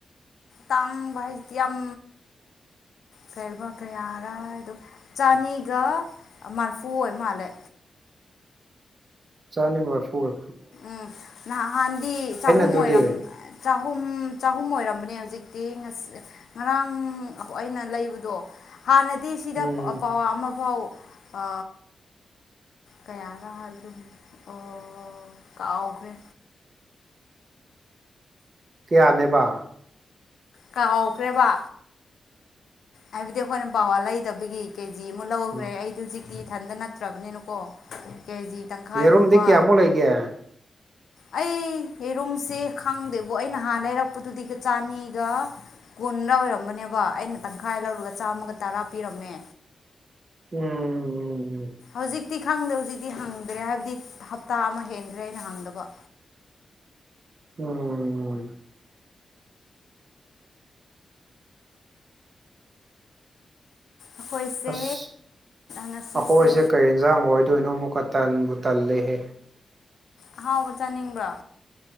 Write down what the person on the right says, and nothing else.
<unintelligible> <inaudible> ꯆꯥꯅꯤꯕꯔ ꯐꯨꯔ
ꯑꯗꯨꯗꯤ
ꯎꯝ
ꯀꯌꯥꯅꯦꯕ
ꯎꯝ
ꯌꯦꯔꯨꯝꯝꯗꯤ ꯀꯌꯥꯃꯨꯛ ꯂꯩꯒꯦ
ꯎꯝꯝ ꯎꯝ
ꯎꯝ
ꯑꯁ
ꯑꯩꯈꯣꯏꯁꯦ ꯀꯩ ꯌꯦꯟꯁꯥꯡ ꯑꯣꯏꯗꯣꯏꯅꯣ ꯑꯃꯨꯛꯀ ꯇꯟꯕꯨ ꯊꯂꯦꯍꯦ